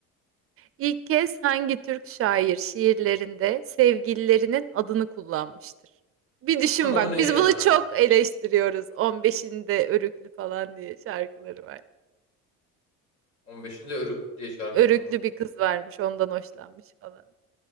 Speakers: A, on the right (about 45°); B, on the left (about 50°).
A: İlk kez hangi Türk şair şiirlerinde sevgililerinin adını kullanmıştır? Bir düşün
B: <laughs> O
A: bak,
B: ne
A: biz
B: ya?
A: bunu çok eleştiriyoruz. 15'inde Örüklü falan diye şarkıları var.
B: 15'inde Örüklü diye şarkısım
A: Örüklü
B: var.
A: bir kız varmış, ondan hoşlanmış falan.